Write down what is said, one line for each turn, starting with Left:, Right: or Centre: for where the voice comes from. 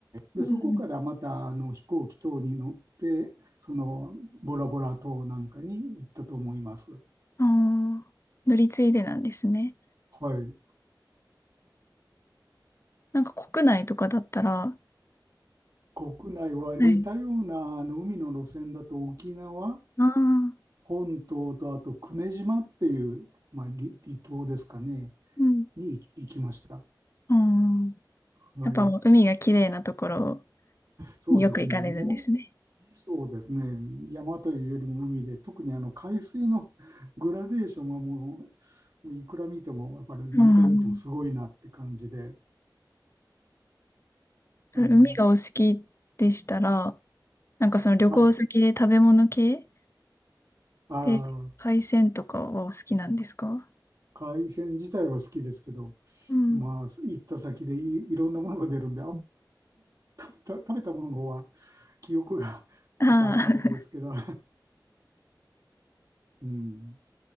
Right: で、
Left: うん。
Right: そこからまたあの飛行機等に乗って、そのボラボラ島なんかに行ったと思います。
Left: ああ、乗り継いでなんですね。
Right: はい。
Left: なんか国内とかだったら、
Right: 国内は似たようなあの海の路線だと沖縄
Left: はい。ああ、
Right: 本島とあと久米島っていう、まあ、離、離島ですかね、
Left: うん。
Right: に行きました。
Left: うん。
Right: はい。
Left: やっぱもう海が綺麗なところ
Right: そうですね。
Left: によく行かれるんですね。
Right: もう、そうですね。山というよりも海で、特にあの海水の <laughs> グラデーションはもう、もういくら見ても、やっぱり何回見てもすごいなって感じで、
Left: うん。それ海がお好きでしたら、
Right: あの、
Left: なんかその旅行先で食べ物系
Right: はい。ああ、
Left: で海鮮とかはお好きなんですか
Right: 海鮮自体は好きですけど、
Left: うん。
Right: まあ、行った先でい、いろんなものが出るんで、あ、食べた、食べたものの方は記憶が <laughs>
Left: ああ、
Right: ちょっと曖昧ですけど、
Left: <laughs>
Right: <laughs> うん。